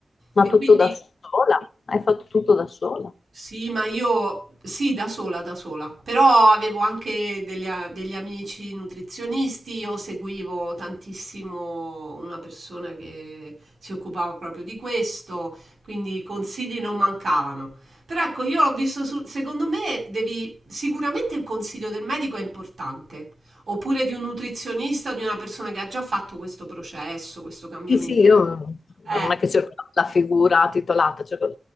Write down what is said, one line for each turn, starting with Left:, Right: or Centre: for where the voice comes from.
Left: Ma
Right: E
Left: tutto
Right: quindi
Left: da sola? Hai fatto tutto da sola?
Right: sì, ma io sì, da sola, da sola, però avevo anche delle- degli amici nutrizionisti, io seguivo tantissimo una persona che si occupava proprio di questo, quindi consigli non mancavano. Però ecco, io l'ho visto, su- secondo me devi, sicuramente il consiglio del medico è importante, oppure di un nutrizionista, di una persona che ha già fatto questo processo, questo cambiamento.
Left: Sì, sì, io
Right: Eh,
Left: non è che cerco la figura titolata, cerco